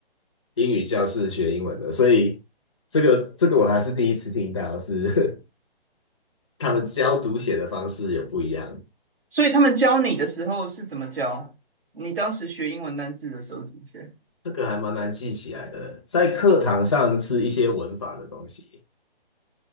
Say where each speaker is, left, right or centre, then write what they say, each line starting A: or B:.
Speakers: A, on the left (about 30°); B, on the right (about 70°).
A: 英语教室学英文的，所以这个这个我还是第一次听到是 <laughs> 他们教读写的方式有不一样。
B: 所以他们教你的时候是怎么教？你当时学英文单字的时候怎么学？
A: 这个还蛮难记起来的，在课堂上是一些文法的东西，